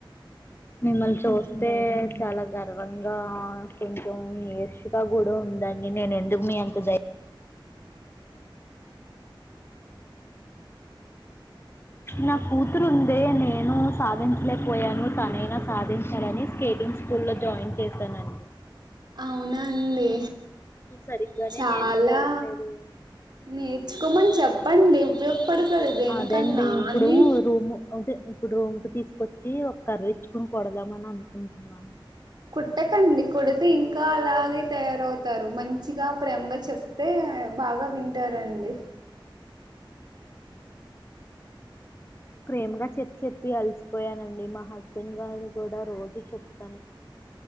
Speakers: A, on the left; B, on the right.
A: మిమ్మల్ని చూస్తే చాలా గర్వంగా కొంచెం <unintelligible> కూడా ఉందండి నేను ఎందుకు మీ అంత దైర్యం నా కూతురు ఉందే నేను సాధించలేకపోయాను తనైనా సాధించాలా స్కేటింగ్ స్కూల్లో జాయిన్ చేశానుఅండి
B: అవునా అండి
A: సరిగ్గానే
B: చాలా
A: నేర్చుకోవట్లేదు
B: నేర్చుకోమని చెప్పండి ఉపయోగపడుతది దేనికన్నా
A: అదే అండి ఇప్పుడు
B: అన్ని
A: రూము అదే ఇప్పుడు రూము కి తీసుకొచ్చి ఒక కర్ర ఇచ్చుకుని కొడదామని అనుకుంటున్నాను
B: కొట్టకండి కొడితే ఇంకా అలాగే తయారవుతారు మంచిగా ప్రేమగా చెప్తే బాగా వింటారండి
A: ప్రేమగా చెప్పి చెప్పి అలసిపోయానండి మా హస్బెండ్ గారు కూడా రోజు చెప్ప